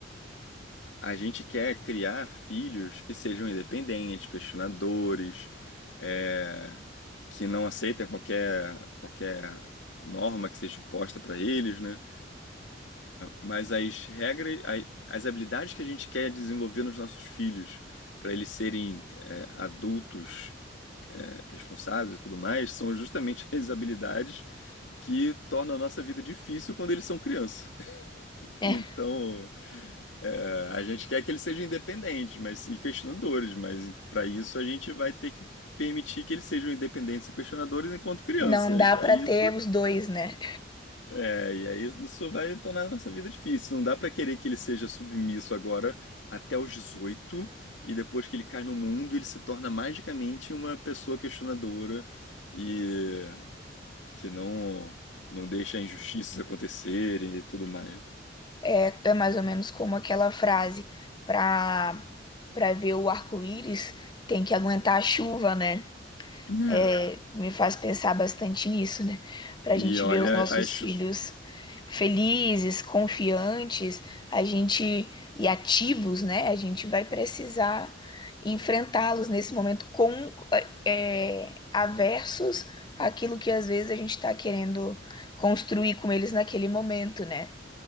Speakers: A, on the left; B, on the left.
A: a gente quer criar filhos que sejam independentes, questionadores, é, que não aceitem qualquer, qualquer norma que seja imposta para eles, né? Mas as regras, a- as habilidades que a gente quer desenvolver nos nossos filhos, para eles serem é, adultos é, responsáveis e tudo mais, são justamente <laughs> as habilidades que tornam a nossa vida difícil quando eles são criança. <laughs>
B: É,
A: Então, é, a gente quer que eles sejam independentes, mas e questionadores, mas para isso a gente vai ter que permitir que eles sejam independentes e questionadores enquanto criança.
B: não dá
A: E
B: para
A: aí isso
B: ter os dois, né?
A: É, e aí isso vai tornar a nossa vida difícil. Não dá pra querer que ele seja submisso agora até os 18 e depois que ele cai no mundo, ele se torna magicamente uma pessoa questionadora e que não não deixa injustiças acontecerem e tudo mais.
B: É, é mais ou menos como aquela frase: pra pra ver o arco-íris tem que aguentar a chuva, né?
A: É.
B: é, me faz pensar bastante nisso, né? Para
A: E
B: a gente
A: olha,
B: ver os nossos
A: acho
B: filhos felizes, confiantes, a gente e ativos, né? A gente vai precisar enfrentá-los nesse momento com é, é, aversos àquilo que às vezes a gente está querendo construir com eles naquele momento, né?